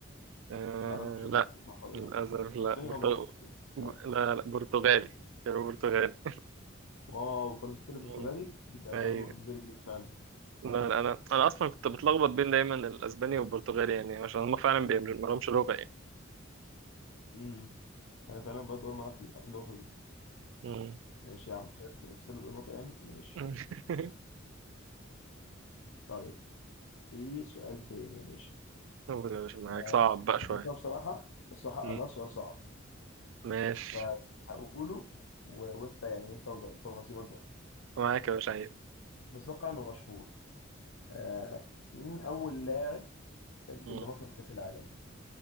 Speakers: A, on the right; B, on the left.
A: آه
B: ما اعرفش اذا
A: لا
B: كان صح ولا
A: للأسف
B: لا
A: لا
B: اسباني
A: برتغ...
B: او مكسيكي بس مش عارف
A: لا لا برتغالي كانوا برتغالي
B: واو برازيل كده
A: مم.
B: برتغالي دي كانت
A: أيوة
B: معلومه بالنسبه لي جديده فعلا
A: لا لا أنا أنا أصلا كنت بتلخبط بين دايما الأسباني والبرتغالي يعني عشان هما فعلا بي- ما لهمش لغة يعني
B: امم انا فعلا برضه اول مره اعرف النقطه دي
A: مم.
B: ماشي يا عم كانت في سبب النقطه يعني ماشي
A: <laughs>
B: طيب في سؤال تاني يا باشا
A: قول يا باشا معاك
B: آه،
A: صعب بقى شوية
B: بس هو بصراحه بصراحه
A: مم.
B: الله سؤال صعب
A: ماشي
B: فهقوله و... وانت يعني انت وض... انت ونصيبك بقى
A: معاك يا باشا عيب
B: بس اتوقع انه مشهور آه، مين اول لاعب سجل
A: مم.
B: لمصر في كاس العالم